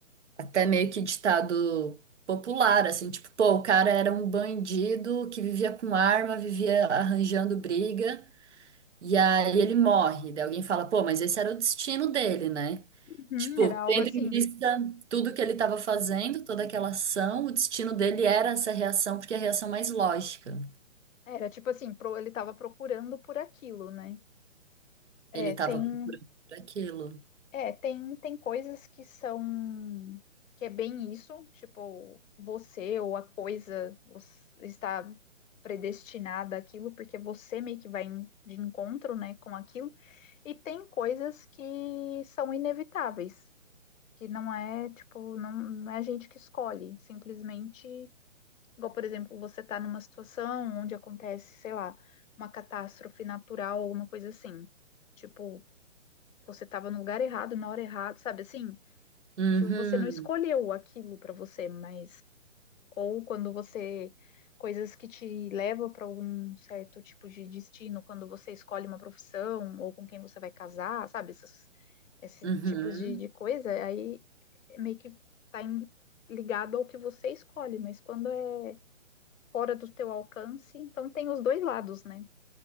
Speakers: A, on the right; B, on the left.
A: até meio que ditado popular, assim, tipo, pô, o cara era um bandido que vivia com arma, vivia arranjando briga, e aí ele morre. Daí alguém fala, pô, mas esse era o destino dele, né?
B: Uhum.
A: Tipo,
B: Era algo
A: tendo
B: assim.
A: em vista tudo que ele estava fazendo, toda aquela ação, o destino dele era essa reação, porque é a reação mais lógica.
B: Era tipo assim, pro- ele estava procurando por aquilo, né? É,
A: Ele estava
B: tem,
A: procurando por aquilo.
B: é, tem, tem coisas que são que é bem isso, tipo, você ou a coisa você está predestinada àquilo, porque você meio que vai em- de encontro, né, com aquilo. E tem coisas que são inevitáveis. que não é, tipo, não, não é a gente que escolhe, simplesmente, igual, por exemplo, você está numa situação onde acontece, sei lá, uma catástrofe natural, alguma coisa assim. Tipo, você estava no lugar errado, na hora errada, sabe assim?
A: Uhum,
B: Tipo, você não escolheu aquilo para você, mas ou quando você coisas que te levam para um certo tipo de destino, quando você escolhe uma profissão ou com quem você vai casar, sabe? Esses, esses
A: uhum.
B: tipos de, de coisa, aí meio que tá em- ligado ao que você escolhe, mas quando é fora do teu alcance, então tem os dois lados, né?